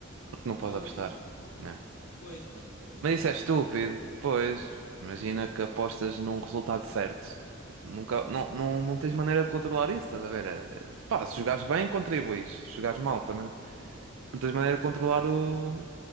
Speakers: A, on the right; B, on the left.
A: Porque não
B: por
A: pode
B: causa
A: apostar.
B: disso.
A: Não.
B: Pois, mas, mas
A: Mas
B: não
A: isso
B: faz
A: é estúpido.
B: muito sentido.
A: Pois, imagina que apostas num resultado certo. Nunca, não, não, não tens maneira de controlar isso, estás a ver? É, Pá, se jogares bem, contribuis. Se jogares mal, também não não tens maneira de controlar o...